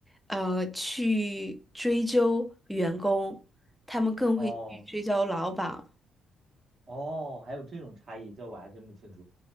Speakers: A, in the centre; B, on the right (about 50°).
A: 呃去追究员工，他们更会去追究老板。
B: 哦哦，还有这种差异，这我还真不清楚。